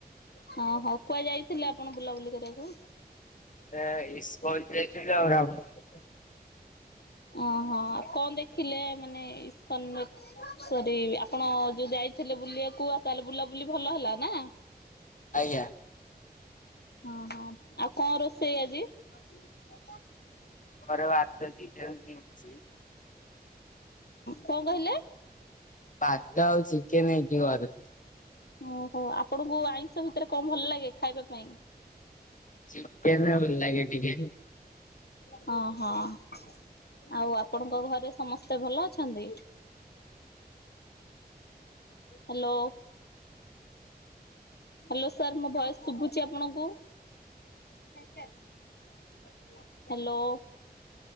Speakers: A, on the left (about 75°); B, on the left (about 50°).
A: ହଁ ହଉ କୁଆଡେ ଯାଇଥିଲେ ଆପଣ ବୁଲାବୁଲି କରିବାକୁ?
B: ଏ ଇକ୍ସନ ଯାଇଥିଲୁ ଆଉ ରାମ ମନ୍ଦିର।
A: ଓହୋ ଆଉ କଣ ଦେଖିଲେ ମାନେ ଇସ୍କନରେ? ସରି ଆପଣ ଯୋଉ ଯାଇଥିଲେ ବୁଲିବାକୁ ଆଉ ତାହେଲେ ବୁଲାବୁଲି ଭଲ ହେଲା ନା?
B: ଆଜ୍ଞା
A: ହଁ ହଁ ଆଉ କଣ ରୋଷେଇ ଆଜି? ହୁଁ
B: ଘରେ ଭାତ ଚିକେନ ହେଇଛି
A: କଣ କହିଲେ?
B: ଭାତ ଆଉ ଚିକେନ ହେଇଛି ଘରେ।
A: ଓହୋ ଆପଣଙ୍କୁ ଆଇଁଷ ଭିତରେ କଣ ଭଲ ଲାଗେ ଖାଇବା ପାଇଁ?
B: ଚିକେନ୍‌ ଭଲ ଲାଗେ ଟିକେ।
A: ହଁ ହଁ। ଆଉ ଆପଣଙ୍କ ଘରେ ସମସ୍ତେ ଭଲ ଅଛନ୍ତି? ହାଲୋ ହ୍ୟାଲୋ ସାର୍ ମୋ ଭୟସେ ଶୁଭୁଛି ଆପଣଙ୍କୁ? ହ୍ୟାଲୋ।